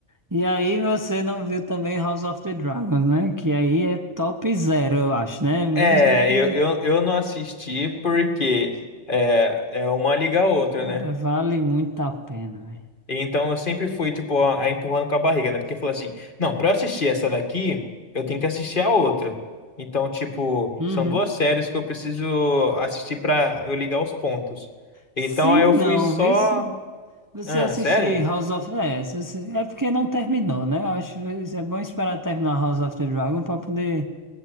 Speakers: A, on the right; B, on the left.
A: E aí você não viu também House of the Dragons, né? Que aí é top zero, eu acho, né? Menos
B: É,
A: do que...
B: eu, eu, eu não assisti porque é, é uma liga a outra,
A: Cara,
B: né?
A: vale muito a pena, velho.
B: Então eu sempre fui, tipo, a, a empurrando com a barriga, né? Porque falou assim: não, pra eu assistir essa daqui, eu tenho que assistir a outra. Então, tipo,
A: Uhum.
B: são duas séries que eu preciso assistir pra eu ligar os pontos. Então
A: Sim,
B: aí eu fui
A: não,
B: só.
A: vê se você
B: Ah,
A: assistir
B: sério?
A: House of... É, se você- é porque não terminou, né? Eu acho que é bom esperar terminar House of the Dragon pra poder